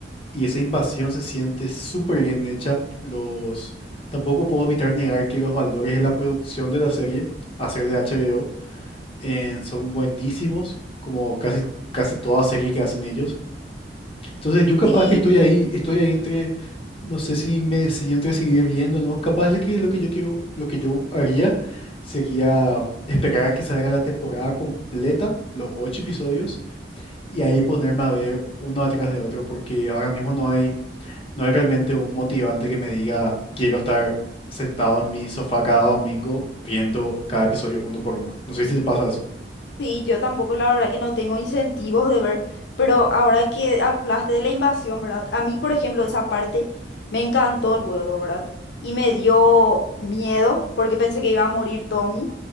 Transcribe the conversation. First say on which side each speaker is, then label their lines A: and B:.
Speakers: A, on the left; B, on the left.
A: y esa invasión se siente súper bien hecha. Los... Tampoco puedo evitar negar que los valores de la producción de la serie, a ser de HBO, eh, son buenísimos, como casi, casi toda serie que hacen ellos. Entonces yo capaz
B: Sí.
A: que estoy ahí, estoy ahí entre, no sé si me si entre seguir viendo, ¿no? Capaz de que lo que yo quiero, lo que yo haría sería esperar a que salga la temporada completa, los ocho episodios, y ahí ponerme a ver uno atrás de otro, porque ahora mismo no hay, no hay realmente un motivante que me diga quiero estar sentado en mi sofá cada domingo viendo cada episodio uno por uno. No sé si te pasa eso.
B: Sí, yo tampoco, la verdad que no tengo incentivos de ver, pero ahora que hablaste de la invasión, ¿verdad? A mí, por ejemplo, esa parte me encantó luego, ¿verdad? Y me dio miedo porque pensé que iba a morir Tommy,